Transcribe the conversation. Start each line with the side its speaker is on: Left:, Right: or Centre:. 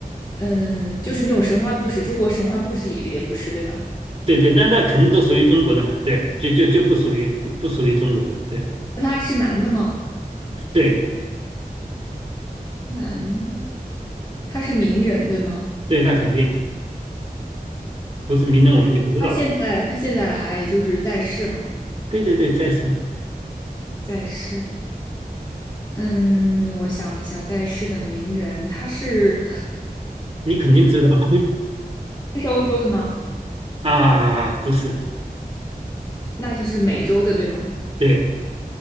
Left: 嗯，就是那种神话故事，中国神话故事里的也不是，对吧？
Right: 对对，那那肯定都属于中国的嘛，对，就就就不属于不不属于中国的，对
Left: 那他是男的吗？
Right: 对
Left: 男的。他是名人，对吗？
Right: 对，那肯定不是名人，我们也不知道的，
Left: 他现在他现在还就是在世吗？
Right: 对对对，再是
Left: 在世，嗯，我想一下，在世的名人，他是
Right: 你肯定知道的，
Left: 他是欧洲的吗？
Right: <laughs> 啊，不是，
Left: 那就是美洲的，对吗？
Right: 对，